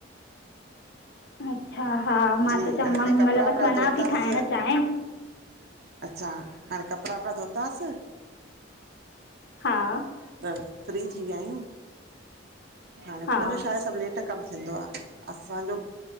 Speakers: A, on the left; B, on the right.
A: <inaudible> अच्छा, हा मां
B: जी
A: त चयम
B: हाणे
A: में हिमहिल
B: कपिड़ा वपड़ा
A: बस वञा
B: धोतासीं
A: थी ठाहिण चाहिं।
B: अच्छा हाणे कपिड़ा वपिड़ा धोतासीं।
A: हा
B: त फ्री थी विया आहियूं। हाणे,
A: हा
B: मुंहिंजो छा आहे सभ लेट कम थींदो आ, असांजो